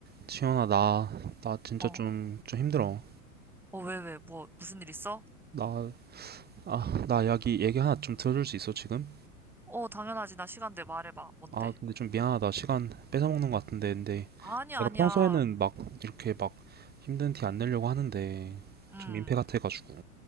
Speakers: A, on the right; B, in the centre.
A: 지현아, 나, 나 진짜
B: 어,
A: 좀, 좀 힘들어.
B: 어, 왜, 왜, 뭐, 무슨 일 있어?
A: 나, 아, 나 이야기, 얘기 하나 좀 들어줄 수 있어, 지금?
B: 어, 당연하지. 나 시간 돼. 말해봐. 뭔데?
A: 아, 근데 좀 미안하다. 시간 뺏어먹는 것 같은데. 근데
B: 아니야,
A: 내가
B: 아니야.
A: 평소에는 막, 이렇게 막 힘든 티 안 내려고 하는데,
B: 음,
A: 좀 민폐 같아가지고.